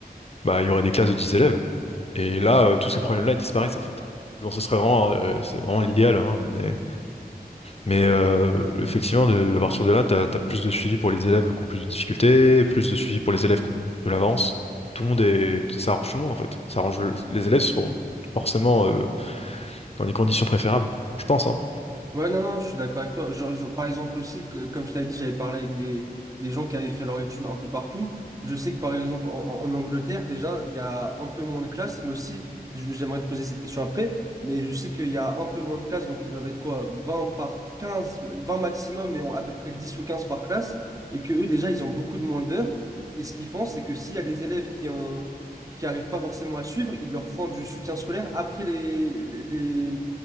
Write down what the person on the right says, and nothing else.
Ouais, non, non, je suis d'accord avec toi. Je- je- par exemple aussi, que, comme je t'avais dit, j'avais parlé avec des, des gens qui avaient fait leur étude un peu partout. Je sais que par exemple en, en en Angleterre, déjà, il y a un peu moins de classes, mais aussi, je- j'aimerais te poser cette question après, mais je sais qu'il y a un peu moins de classes, donc ils doivent être quoi, 20 par 15, 20 maximum, mais en à peu près 10 ou 15 par classe, et que eux, déjà, ils ont beaucoup de moins d'heures. Et ce qu'ils font, c'est que s'il y a des élèves qui ont, qui arrivent pas forcément à suivre, ils leur font du soutien scolaire après les, les,